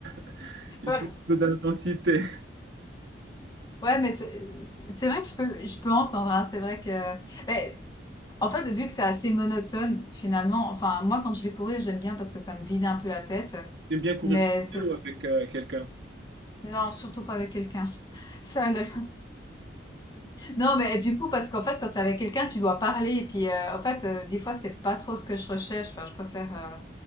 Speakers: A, on the right; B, on the left.
A: <laughs> Il
B: Ouais.
A: faut un peu d'intensité.
B: Ouais, mais c'est c'est- c'est vrai que je peux, je peux entendre, hein, c'est vrai que... ben, en fait, vu que c'est assez monotone, finalement, enfin, moi, quand je vais courir, j'aime bien parce que ça me vide un peu la tête.
A: J'aime bien courir
B: Mais c'est-
A: seul ou avec euh, quelqu'un.
B: non, surtout pas avec quelqu'un. <laughs> Seul, Non, mais du coup, parce qu'en fait, quand t'es avec quelqu'un, tu dois parler. Et puis, euh, en fait, euh, des fois, c'est pas trop ce que je recherche. Enfin, je préfère, euh,